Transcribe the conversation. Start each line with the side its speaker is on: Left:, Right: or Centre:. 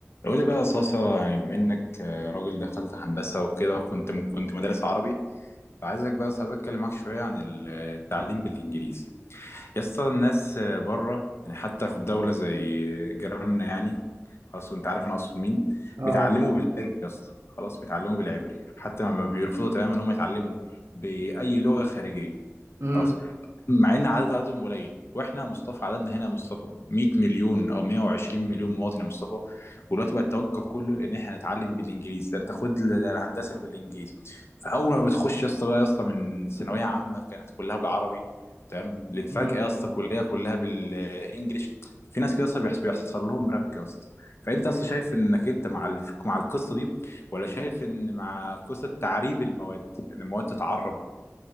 Left: قول لي بقى يا صاصة يعني بما انك آه، راجل دخلت هندسة وكده وكنت كنت مدرس عربي فعايزك بس عايز اتكلم معاك شوية عن التعليم بالانجليزي يا اسطى الناس بره يعني حتى في الدولة زي جيراننا يعني خلاص وانت عارف انا اقصد مين
Right: اه
Left: بيتعلموا بالعبري يا اسطى خلاص بيتعلموا بالعبري حتى ما بيرفضوا تماما ان هم يتعلموا بأي لغة خارجية
Right: امم
Left: خلاص مع ان عدد عددهم قليل واحنا يا مصطفى عددنا هنا يا مصطفى 100 مليون او 120 مليون مواطن يا مصطفى ودلوقتي بقى التوجه كله لان احنا هنتعلم بالانجليزي ده انت خد ال- ده الهندسه بالانجليزي فاول ما بتخش يا اسطى بقى يا اسطى من ثانويه عامه كانت كلها بالعربي تمام اللي فجأة
Right: امم
Left: يا اسطى كلية كلها بالانجلش في ناس كده يا اسطى بيحس- بيحصل لهم ربك يا اسطى فانت اصلا شايف انك انت مع الف... مع القصة دي ولا شايف ان مع قصة تعريب المواد ان المواد تتعرب